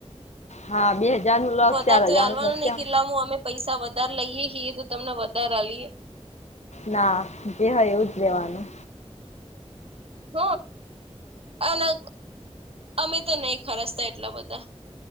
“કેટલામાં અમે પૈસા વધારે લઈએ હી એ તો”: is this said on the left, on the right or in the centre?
Right